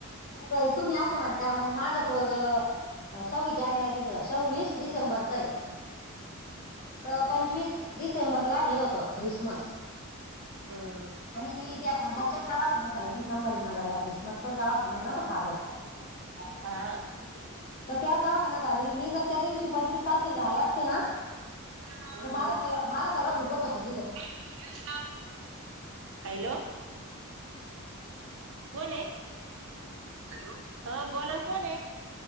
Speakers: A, on the left; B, on the right.
A: नाही तुम्ही असे म्हणताय मंग माझं पोरग अ सव्वीस जानेवारीच सव्वीस डिसेंबरच आहे.
B: हाव
A: त पंचवीस
B: का
A: डिसेंबरला हे होतं ख्रिसमस.
B: हम्म
A: आणि मी त्या फादरच्याच दवाखान्यात झालेली संभाजीनगरला ख्रिसमसचाच दवाखाना आहे ना तो फादर.
B: हा
A: <unintelligible> त्याच दवाखान्यात झालेले मी जर त्या दिवशी पंचवीस तारखेला झाले असते ना.
B: हम्म
A: तर माला सांगा माला मला सर्व फुकट होतं तिथं.
B: <unintelligible> हॅलो. कोण आहे? हॅलो हा बोलानं कोणयं?